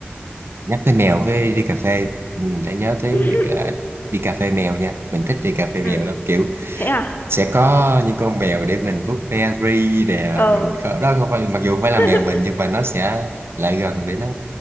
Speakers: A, on the right (about 80°); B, on the left (about 55°).
A: nhắc tới mèo với đi cà phê ừ, lại nhớ tới
B: <laughs>
A: ờ, đi cà phê mèo nha mình thích đi cà phê mèo
B: ừ
A: lắm kiểu
B: thế à
A: sẽ có những con mèo để mình vuốt ve ri nè
B: ờ
A: mình có- đó không phải mặc dù không phải là
B: <laughs>
A: mèo mình nhưng mà nó sẽ lại gần để nó